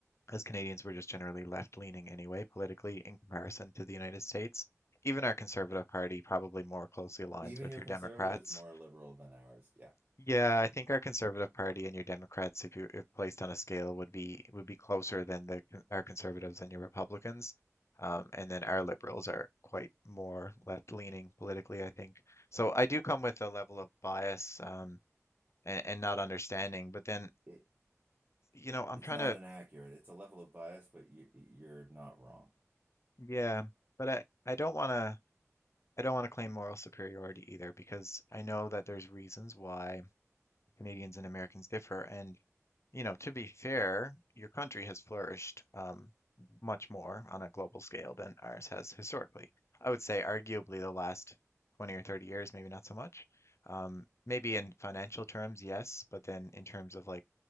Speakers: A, on the left; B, on the right.
A: as Canadians were just generally left leaning anyway, politically, in comparison to the United States. Even our Conservative Party probably more closely aligns
B: Even
A: with
B: your
A: your
B: conservative
A: Democrats.
B: is more liberal than ours. Yeah.
A: Yeah, I think our Conservative Party and your Democrats, if you if placed on a scale, would be would be closer than the con- our Conservatives and your Republicans. Um, and then our Liberals are quite more left leaning politically, I think. So I do come with a level of bias um, and, and not understanding. But then,
B: It
A: you know, I'm
B: it's
A: trying
B: not
A: to,
B: inaccurate. It's a level of bias, but you you're not wrong
A: yeah, but I, I don't want to. I don't want to claim moral superiority either because I know that there's reasons why Canadians and Americans differ. And, you know, to be fair, your country has flourished um, much more on a global scale than ours has historically. I would say, arguably, the last 20 or 30 years, maybe not so much. Um, maybe in financial terms, yes, but then in terms of like